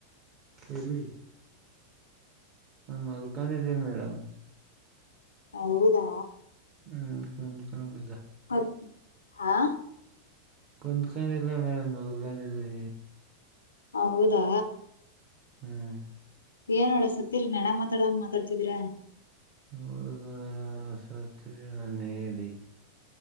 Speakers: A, on the right; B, on the left.
A: ಎಲ್ಲಿ ನಾ ಮಲ್ಕೊಂಡಿದ್ದೀರಿ ಮೇಡಮ್
B: ಹೌದಾ
A: ಹ್ಮ ಕಣ ಕಣ ಕಾಣ್ಬು
B: ಮತ್ತ ಹಾ
A: ಕುತ್ಕೊಂಡಿಲ್ಲ ಮೇಡಮ್ ಮಗ್ಕೊಂಡಿದೀವಿ
B: ಹೌದಾ
A: ಹ್ಮ್
B: ಏನು ಒಳ್ಳೆ ಸತ್ತಿರ ಯಣ ಮಾತಾಡ್ದಂಗ ಮಾತಾಡ್ತಿದ್ರ
A: ಹೌದು ಮೇಡಸತ್ತದಿನಿ ನನ್ ಹೇಳಿ